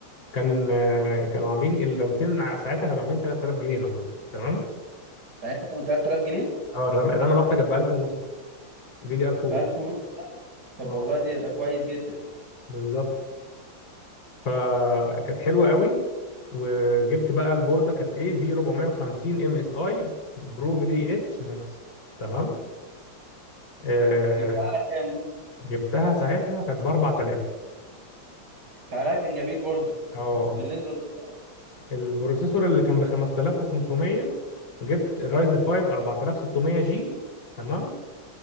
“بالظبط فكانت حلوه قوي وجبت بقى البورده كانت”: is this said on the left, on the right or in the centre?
Left